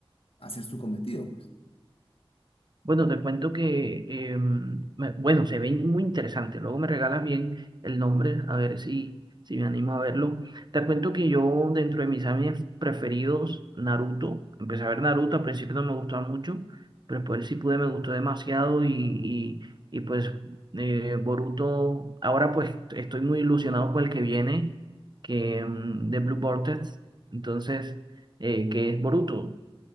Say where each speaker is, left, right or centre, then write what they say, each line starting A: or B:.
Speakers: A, on the left; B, on the right.
A: hacer su cometido, pues.
B: Bueno, te cuento que, em, me- bueno, se ven muy interesantes. Luego me regalas bien el nombre, a ver si, si me animo a verlo. Te cuento que yo, dentro de mis animes preferidos, Naruto, empecé a ver Naruto, al principio no me gustaba mucho, pero después sí pude, me gustó demasiado y, y, y pues eh, Boruto, ahora pues estoy muy ilusionado con el que viene, que em, de Blue Vortex, entonces, eh, que es Boruto.